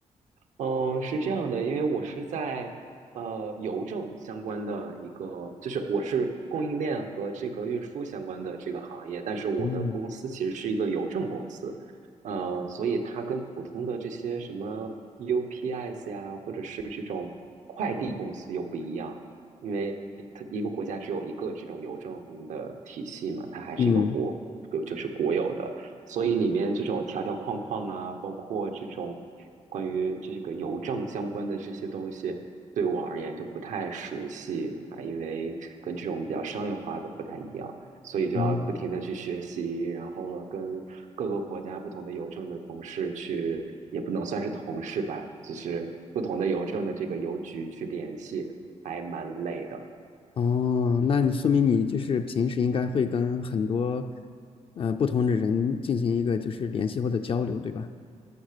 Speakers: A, on the right; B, on the left.
A: 嗯，是这样的，因为我是在呃邮政相关的一个，就是我是供应链和这个运输相关的这个行业，但是我的公司其实是一个邮政公司，
B: 嗯
A: 嗯、所以它跟普通的这些什么 UPS 呀，或者是这种快递公司又不一样，因为它一个国家只有一个这种邮政的体系嘛，它还是一个国，
B: 嗯，
A: 就是国有的。所以里面这种条条框框啊，包括这种关于这个邮政相关的这些东西，对我而言就不太熟悉啊，因为跟这种比较商业化的不太一样，所以就要不停的去学习，
B: 嗯，
A: 然后了跟各个国家不同的邮政的同事去，也不能算是同事吧，就是不同的邮政的这个邮局去联系，还蛮累的。
B: 哦，那你说明你就是平时应该会跟很多呃不同的人进行一个就是联系或者交流，对吧？